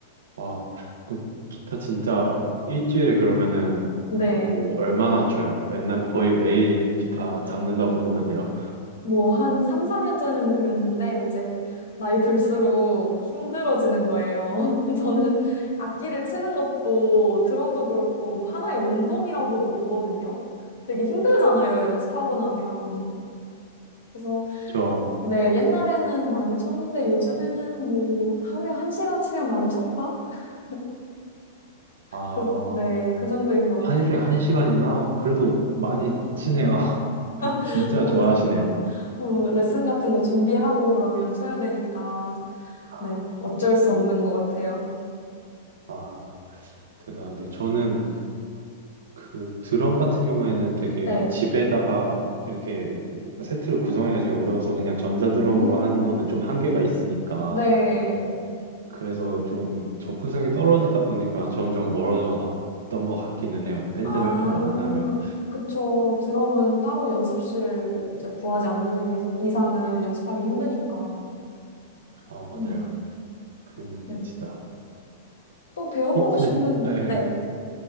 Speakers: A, on the right; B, on the left.
A: 와, 그 기타 진짜 일주일에 그러면은
B: 네.
A: 뭐 얼마나 쳐요? 맨날 거의 매일 기타
B: 아.
A: 잡는다고 보면 돼요.
B: 뭐, 한 3, 4년 전에는 그랬는데, 이제, 나이 들수록 힘들어지는 거예요. <laughs> 저는 악기를 치는 것도, 드럼도 그렇고, 뭐, 하나의 운동이라고도 보거든요. 되게 힘들잖아요, 연습하고 나면. 그래서,
A: 저,
B: 네, 옛날에는 많이 쳤는데, 요즘에는 뭐, 하루에 한 시간 치면 많이 쳤다? <laughs>
A: 아,
B: 그, 네, 그 정도인 것 같아요.
A: 하루에 한 시간이나 그래도 많이 치네요. <laughs>
B: <laughs>
A: 진짜
B: 뭐,
A: 좋아하시네요.
B: 어, 레슨 같은 거 준비하고 그러면 쳐야 되니까,
A: 아,
B: 네, 어쩔 수 없는 것 같아요.
A: 아, 대단한데 저는 그 드럼 같은 경우에는 되게
B: 네.
A: 집에다가 이렇게 세트를 구성하기가 되게 어려워서 그냥 전자드럼으로
B: 음.
A: 하는 거는 좀 한계가 있으니까
B: 네.
A: 그래서 좀 접근성이 떨어지다 보니까 점점 멀어져 갔던 것 같기는 해요. 밴드
B: 아,
A: 활동을 안 하면.
B: 그쵸. 드럼은 따로 연습실 이제 구하지 않는 이서- 이상은 연습하기 힘드니까.
A: 아, 맞아요.
B: 음,
A: 그랬는데
B: 네.
A: 진짜.
B: 또 배워보고
A: 어, 근데
B: 싶은,
A: 예,
B: 네.